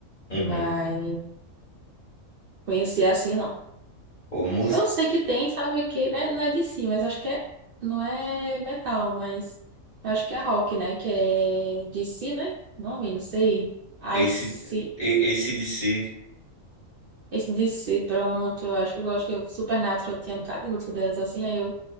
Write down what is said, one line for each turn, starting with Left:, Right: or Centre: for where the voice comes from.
Left: uhum.
Right: Mas conhecer assim não.
Left: Pô, música.
Right: Eu sei que tem, sabe, aqui, né? Não é de si, mas acho que é, não é metal, mas eu acho que é rock, né? Que é de si, né? Nome, não sei. I
Left: AC,
Right: see.
Left: AC/DC.
Right: Esse DC, pronto, eu acho que eu gosto que eu Supernatural eu tinha um bocado de música delas assim, aí eu